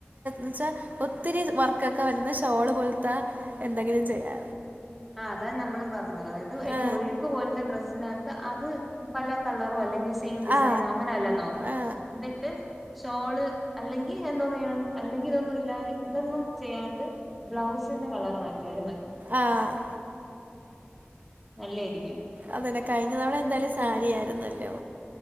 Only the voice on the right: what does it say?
വച്ചാൽ ഒത്തിരി വർക്കൊക്കെ വരുന്ന ഷോള് പോലത്തെ എന്തെങ്കിലും ചെയ്യാ
ആ.
ആ.
ആ.
ആഹഹ്
അതന്നെ കഴിഞ്ഞ തവണ എന്തായാലും സാരിയായിരുന്നല്ലോ